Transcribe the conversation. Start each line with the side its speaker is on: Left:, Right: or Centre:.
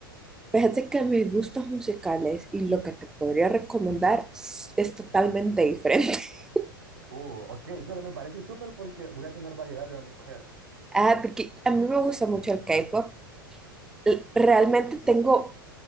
Centre: Fíjate que mis gustos musicales y lo que te podría recomendar es, es totalmente diferente. <laughs>
Right: Uh, ok, pero me parece súper porque voy a tener variedad de dónde escoger.
Centre: Ah, porque a mí me gusta mucho el K-pop. L- Realmente tengo